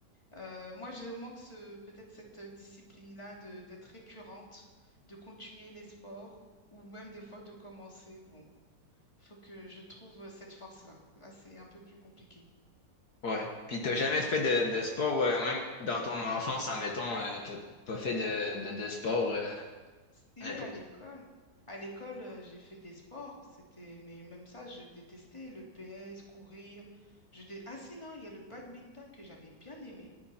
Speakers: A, on the left; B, on the left.
A: euh, moi, je manque ce, peut-être cette discipline-là de, d'être récurrente, de continuer les sports, ou même des fois de commencer. Bon, il faut que je trouve cette force-là. Là, c'est un peu plus compliqué.
B: Ouais. Puis t'as jamais fait de, de sport, euh, même dans ton enfance, admettons, euh, t'as pas fait de, de, de sport euh,
A: Si,
B: n'importe.
A: à l'école. À l'école, euh, j'ai fait des sports, c'était, mais même ça, je détestais le PS, courir. Je dé- Ah si, non, il y a le badminton que j'avais bien aimé.